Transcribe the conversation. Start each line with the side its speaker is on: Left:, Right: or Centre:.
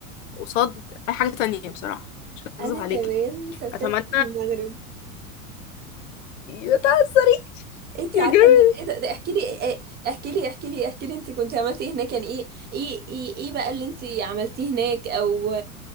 Left: قصاد اي حاجه تانية بصراحه مش هكذب
Right: أنا
Left: عليكي
Right: كمان سافرت
Left: اتمنى
Right: المغرب
Left: يا تعسري
Right: انت
Left: يا
Right: عارفه
Left: جميل
Right: ان ايه ده, ده احكي لي ايه- ايه، احكي لي احكي لي احكي لي انت كنت عملتي هناك يعني ايه ايه ايه, إيه بقى اللي انت عملتيه هناك او